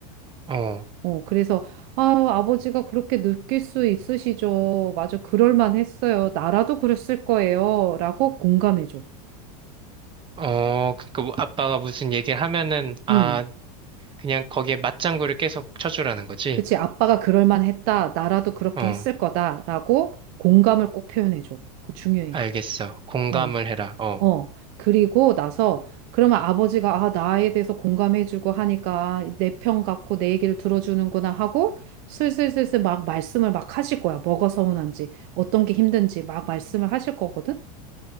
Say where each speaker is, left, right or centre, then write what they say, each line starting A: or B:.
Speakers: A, on the right; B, on the right.
A: 어.
B: 어, 그래서, 아, 아버지가 그렇게 느낄 수 있으시죠. 맞아, 그럴만 했어요. 나라도 그랬을 거예요. 라고 공감해줘.
A: 어, 그니까 뭐 아빠가 무슨 얘기를 하면은, 아,
B: 음,
A: 그냥 거기에 맞장구를 계속 쳐주라는 거지?
B: 그치, 아빠가 그럴만 했다. 나라도 그렇게
A: 어,
B: 했을 거다. 라고 공감을 꼭 표현해줘. 그거 중요해.
A: 알겠어. 공감을
B: 어,
A: 해라. 어.
B: 어. 그리고 나서, 그러면 아버지가, 아, 나에 대해서 공감해주고 하니까 내 편 같고 내 얘기를 들어주는구나 하고 슬슬슬슬 막 말씀을 막 하실 거야. 뭐가 서운한지, 어떤 게 힘든지 막 말씀을 하실 거거든?